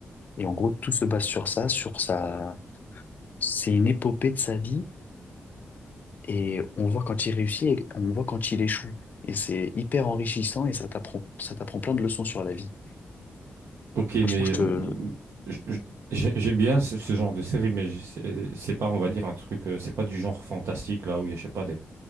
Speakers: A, on the left (about 40°); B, on the right (about 75°).
A: Et en gros, tout se base sur ça, sur sa... C'est une épopée de sa vie. Et on voit quand il réussit et on voit quand il échoue. Et c'est hyper enrichissant et ça t'apprend, ça t'apprend plein de leçons sur la vie.
B: Ok,
A: Franchement,
B: mais
A: je te...
B: euh, je- je- j'ai- j'aime bien ce, ce genre de série, mais je- c'est c'est pas, on va dire, un truc, euh, c'est pas du genre fantastique là où il y a, je sais pas, des.